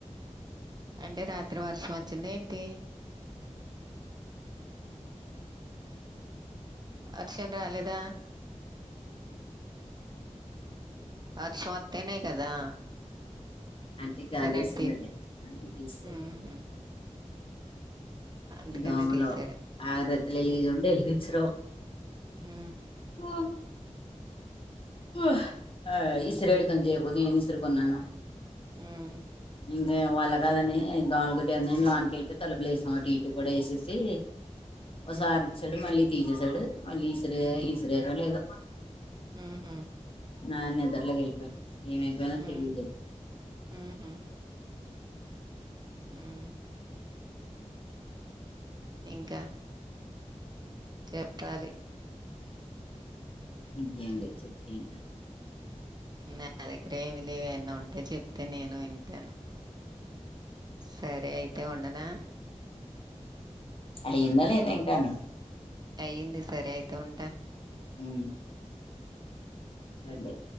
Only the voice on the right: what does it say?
అంటే రాత్రి వర్షం వచ్చింద ఏంటి అర్షం రాలేదా వర్షం వత్తేనే కదా
కరెంట్
తీ
హుహు. అందుకనే
తీసాడు.
ఆ
హ్మ్.
హ్మ్.
ఉహు
హ్మ్.
హుహు. హ్మ్. ఇంకా చెప్పాలి
నా దగ్గర ఏమి లేవన్న ఉంటే చెప్తే నేను వింటాను సరే అయితే ఉండనా
అయింది సరే అయిత ఉంటా